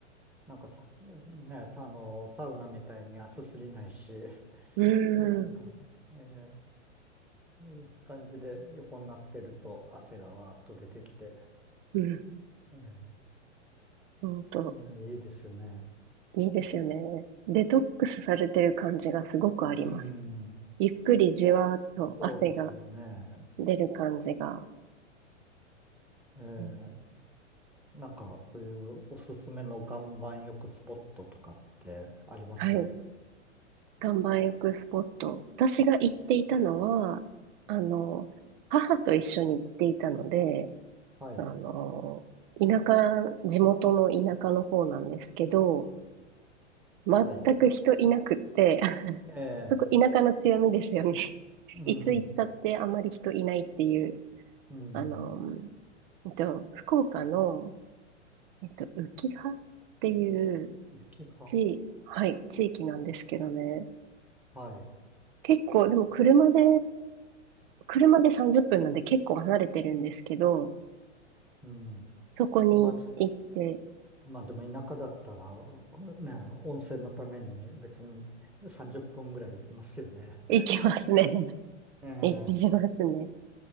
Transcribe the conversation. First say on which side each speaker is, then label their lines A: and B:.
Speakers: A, in the centre; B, on the right.
A: なんかさ、ね、さあの、サウナみたいに暑すぎないし、<laughs>
B: ーん、
A: なんか、ええ、いい感じで横になってると汗がわーっと出てきて、
B: うん、
A: ええ、
B: ほんと。
A: いやいいですよね。
B: いいですよね。デトックスされてる感じがすごくあります。
A: うん、
B: ゆっくりじわーっと汗が
A: そうですよね。
B: 出る感じが。
A: ええ、
B: うん
A: なんか、そういうおすすめの岩盤浴スポットとかってあります
B: はい。岩盤浴スポット。私が行っていたのは、あの、母と一緒に行っていたので、
A: はい、
B: あの、田舎、地元の田舎の方なんですけど、全く人いなくって、
A: はい。
B: <laughs>
A: ええ、
B: そこ田舎の強みですよね。
A: うん、
B: いつ行ったってあまり人いないっていう、
A: うん、
B: あの、えっと、福岡の、えっと、浮羽っていう
A: 浮き葉。
B: 地、はい、地域なんですけどね。
A: はい、
B: 結構、でも車で、車で30分なんで結構離れてるんですけど、
A: うん。
B: そこに行って、
A: まあ、まあでも田舎だったら、ね、温泉のために別に30分ぐらい行きますよね。
B: 行きますね。
A: <laughs>
B: <laughs>
A: ええ、
B: 行きますね。